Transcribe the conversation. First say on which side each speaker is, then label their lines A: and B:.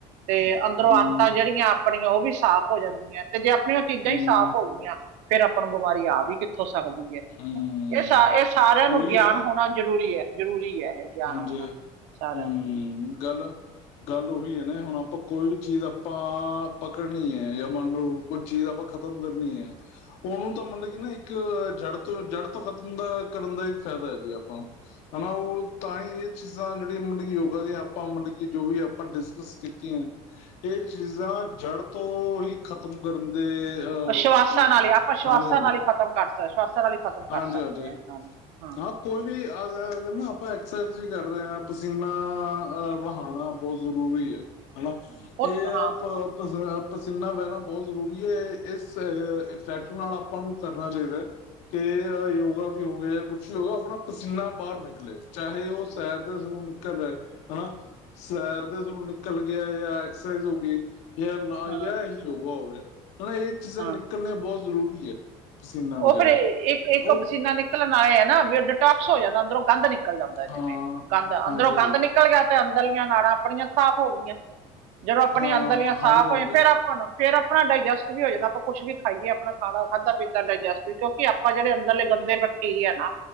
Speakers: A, on the right; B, on the left.
A: ਤੇ ਅੰਦਰੋਂ
B: ਹਮ
A: ਅੰਤਾਂ ਜਿਹੜੀਆਂ ਆਪਣੀਆਂ ਉਹ ਵੀ ਸਾਫ਼ ਹੋ ਜਾਂਦੀਆਂ' ਤੇ ਜੇ ਆਪਣੀਆਂ ਉਹ ਚੀਜ਼ਾਂ
B: ਹਮ
A: ਹੀ ਸਾਫ਼ ਹੋ ਗਈਆਂ ਫੇਰ ਆਪਾਂ ਨੂੰ ਬਿਮਾਰੀ ਆ ਵੀ ਹੋ ਸਕਦੀ ਹੈ
B: ਹਮ
A: ਇਹ, ਇਹ ਸਾਰਿਆਂ ਨੂੰ
B: ਉਹੀ
A: ਗਿਆਨ
B: ਹੈ ਨੇ
A: ਹੋਣਾ ਜ਼ਰੂਰੀ ਹੈ, ਜ਼ਰੂਰੀ ਹੈ। ਇਹ ਗਿਆਨ
B: ਹਾਂਜੀ
A: ਹੋਣਾ ਸਾਰਿਆਂ
B: ਹਮ
A: ਨੂੰ
B: ਗੱਲ ਗਲ ਉਹੀ ਹੈ ਨਾ ਹੁਣ ਆਪਾਂ ਕੋਈ ਵੀ ਚੀਜ਼ ਆਪਾਂ ਪਕੜਨੀ ਹੈ ਜਾਂ ਮੰਨ ਲਓ ਕੁੱਝ ਚੀਜ਼ ਆਪਾਂ ਖਤਮ ਕਰਨੀ ਆ ਉਹਨੂੰ ਤਾਂ ਮਤਲਬ ਕਿ ਨਾ, ਇੱਕ ਜੜ ਤੋਂ ਜੜ੍ਹ ਤੋਂ ਖਤਮ ਦਾ ਕਰਨ ਦਾ ਫਾਇਦਾ ਹੈ ਜੀ ਆਪਾਂ ਨੂੰ, ਹਨਾ ਉਹ ਤਾਂ ਹੀ ਇਹ ਚੀਜ਼ਾਂ ਜਿਹੜੀਆਂ ਮਤਲਬ ਕਿ ਯੋਗਾ ਦੀਆਂ ਆਪਾਂ ਮਤਲਬ ਕਿ ਜੋ ਵੀ ਆਪਾਂ ਡਿਸਕਸ ਕੀਤੀਆਂ ਹੈ। ਚੀਜ਼ਾਂ ਜੜ਼ ਤੋਂ ਹੀ ਖਤਮ ਕਰਨ ਦੇ ਅਹ
A: ਅਸ਼ਵਾਸਾਂ ਨਾਲ ਹੀ ਆਪਾਂ ਸੁਆਸਾਂ
B: ਹਾਂਜੀ ਹਾਂਜੀ
A: ਨਾਲ ਹੀ ਖ਼ਤਮ ਕਰ। ਸੁਆਸਾਂ ਨਾਲ ਹੀ ਖ਼ਤਮ
B: ਹਾਂਜੀ
A: ਕਰ ਸਕਦੇ
B: ਹਾਂਜੀ
A: ਹਾਂ ਹਾ
B: ਹਾਂ ਕੋਈ ਵੀ ਅਗਰ ਅਗਰ ਨਾ ਆਪਾਂ ਅਐਕਸਰਸਾਈਜ਼ ਕਰਦੇ ਹਾਂ ਪਸੀਨਾ ਵਹਾਉਣਾ ਬਹੁਤ ਜ਼ਰੂਰੀ ਹੈ। ਆਹ
A: ਬਹੁਤ
B: ਇਹ ਆਪ
A: ਹਾਂ
B: ਪਸੀਨਾ ਬਹਿਣਾ ਬਹੁਤ ਜ਼ਰੂਰੀ ਹੈ ਇਸ ਫੈਕਟਰ ਨਾਲ ਆਪਾਂ ਨੂੰ ਕਰਨਾ ਚਾਹੀਦਾ ਹੈ। ਕਿ ਯੋਗਾ ਵੀ ਹੋਵੇ ਜਾਂ ਕੁਛ ਵੀ ਹੋ, ਆਪਣਾ ਪਸੀਨਾ ਬਾਹਰ ਨਿਕਲੇ ਚਾਹੇ ਉਹ ਸੈਰ ਦੇ ਨਿਕਲਦਾਹਾ ਹਾਂ ਸੈਰ ਦੇ ੋਂ ਨਿਕਲ ਗਿਆ ਜਾਂ ਐਕਸਰਸਾਈਜ਼ ਹੋ ਗਈ ਜਾਂ ਨਾ
A: ਹਾਂ
B: ਜਾਂ ਹੀ ਯੋਗਾ ਹੋ ਗਿਆ ਹਾ ਇਹ ਚੀਜ਼ਾਂ
A: ਹਾਂ
B: ਨਿਕਲਣੀਆਂ ਬਹੁਤ ਜ਼ਰੂਰੀ ਹੈ। ਪਸੀਨਾ
A: ਉਹ
B: ਵਗੈਰਾ
A: ਫਿਰ ਇੱਕ ਇੱਕ
B: ਉਹ
A: ਪਸੀਨਾ ਨਿਕਲਣ ਆਏ ਹੈ, ਨਾ ਵੀ ਉਹ ਡਿਟੋਕਸ ਹੋ ਜਾਂਦਾ ਅੰਦਰੋਂ ਗੰਦ ਨਿਕਲ ਨਿਕਲ ਜਾਂਦਾ ਜਿਵੇਂ
B: ਹਾਂ
A: ਗੰਦ
B: ਹਾਂਜੀ
A: ਅੰਦਰੋਂ ਗੰਦ ਨਿਕਲ ਗਿਆ ਤੇ ਅੰਦਰਲੀਆਂ ਨਾੜਾਂ ਆਪਣੀਆਂ ਸਾਫ਼ ਹੋ ਗਈਆਂ। ਜਦੋਂ ਆਪਣੀਆਂ
B: ਹਾਂ
A: ਅੰਦਰਲੀਆਂ
B: ਹਾਂਜੀ
A: ਸਾਫ਼ ਹੋਈਆਂ
B: ਹਾਂਜੀ
A: ਫੇਰ ਆਪਾਂ ਨੂੰ ਫੇਰ ਆਪਣਾ ਡਾਇਜੈਸਟ ਵੀ ਹੋ ਜਾਂਦਾ, ਆਪਾਂ ਕੁਛ ਵੀ ਖਾਈਏ ਆਪਣਾ ਖਾਣਾ ਖਾਧਾ ਪੀਤਾ ਡਾਈਜੈਸਟ ਵੀ ਕਿਉਂਕਿ ਆਪਾਂ ਜਿਹੜੇ ਅੰਦਰਲੇ ਗੰਦੇ ਬੈਕਟੀਰੀਆ ਹੈ ਨਾ